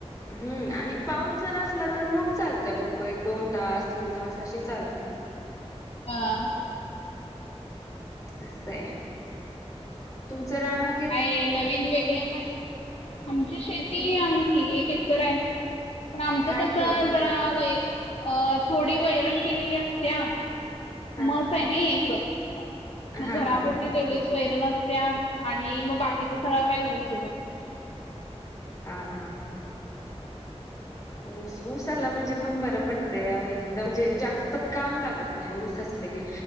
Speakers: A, on the left (about 30°); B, on the left (about 60°).
A: हम्म आणि पाऊस जर असला तर मग चालत बघ एक, दोन, तास तीन तास अशी चालते.
B: <unintelligible>
A: असय. तुमचं रान व
B: काय नवीन वेगळं काय? आमची शेती आहे की एक एकर आहे. पन आमचं
A: काय
B: कस
A: केलंय
B: जरा
A: तर
B: अ थोडी वैरण केलेली असत्या.
A: हा
B: म्हस आहे नाइ एक. मग
A: हा
B: घरापुरती
A: हा
B: तेवढीच वैर आसत्या आणि मग बाकीचा सगळा काय ऊसच असतोय.
A: हा हा. ऊस ऊसाला म्हणजे पण बरं पडतंय एकदम म्हणजे जास्त काम लागत नाही. ऊस असल की